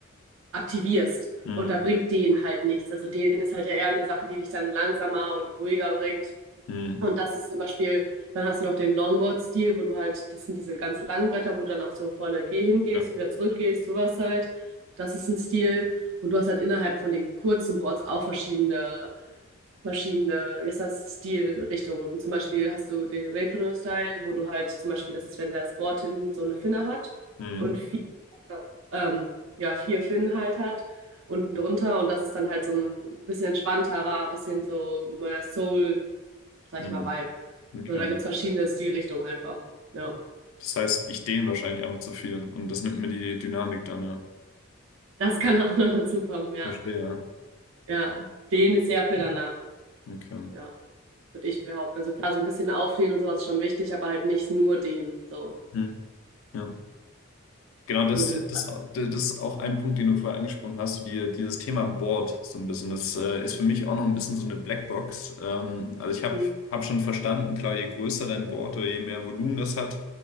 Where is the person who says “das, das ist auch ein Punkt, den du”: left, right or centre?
Left